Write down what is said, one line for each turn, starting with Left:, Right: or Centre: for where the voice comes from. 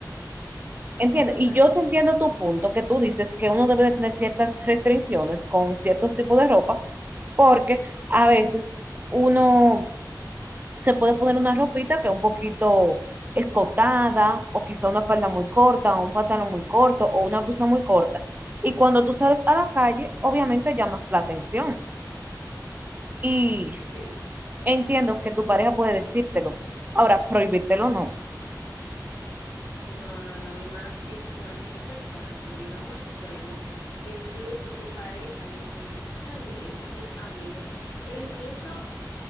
Right: Entiendo,
Left: Total,
Right: y yo te entiendo tu punto, que tú dices que uno debe de tener ciertas restricciones con ciertos tipos de ropa, porque a veces uno se puede poner una ropita que es un poquito escotada, o quizá una falda muy corta, o un pantalón muy corto, o una blusa muy corta. Y cuando tú sales a la calle, obviamente llamas la atención. Y
Left: sí.
Right: entiendo que tu pareja puede decírtelo. Ahora, prohibírtelo no.
Left: No, no, no, y más, eh, bueno, y hay personas que llegan a un extremo que incluso su pareja le prohíbe salir con sus amigos e incluso